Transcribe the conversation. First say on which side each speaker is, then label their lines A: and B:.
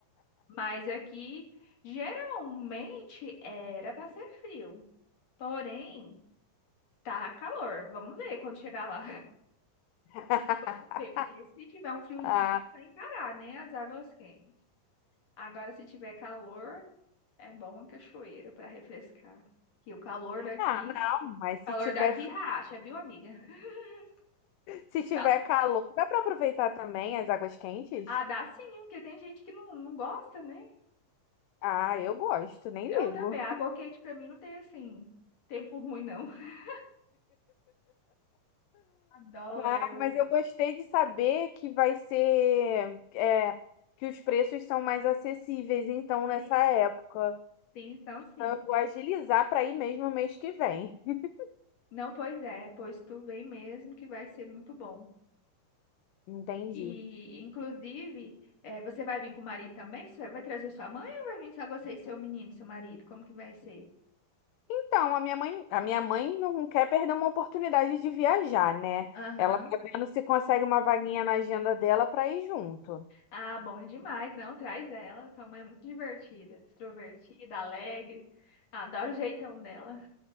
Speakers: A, on the left; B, on the left.
A: Mas aqui, geralmente, era para ser frio, porém, tá calor, vamos ver quando chegar lá.
B: <laughs>
A: Vamos ver, porque se tiver um friozinho,
B: Ah,
A: é para encarar, né? As águas quentes. Agora, se tiver calor, é bom uma cachoeira para refrescar. Que o calor daqui,
B: ah, não, mas
A: calor
B: se tiver,
A: daqui
B: fri-
A: racha, viu, amiga? <laughs>
B: se tiver
A: Cal-
B: calor, dá para aproveitar também as águas quentes?
A: Ah, dá sim, porque tem gente que não, não gosta, né?
B: Ah, eu gosto, nem
A: Eu
B: ligo.
A: também. Água quente para mim não tem assim, tempo ruim, não. <laughs> Adoro
B: Ah,
A: água
B: mas
A: quente.
B: eu gostei de saber que vai ser, é, que os preços são mais acessíveis, então, nessa
A: Sim,
B: época.
A: sim, então
B: Então,
A: sim.
B: eu vou agilizar para ir mesmo mês que vem. <laughs>
A: Não, pois é, pois tu vem mesmo que vai ser muito bom.
B: Entendi.
A: E, inclusive, eh, você vai vir com o marido também? Você vai trazer sua mãe ou vai vir só você e seu menino, seu marido? Como que vai ser?
B: Então, a minha mãe, a minha mãe não quer perder uma oportunidade de viajar, né?
A: Aham.
B: Ela tá vendo se consegue uma vaguinha na agenda dela para ir junto.
A: Ah, bom demais. Não, traz ela. Sua mãe é muito divertida, extrovertida, alegre. Adoro o jeitão dela.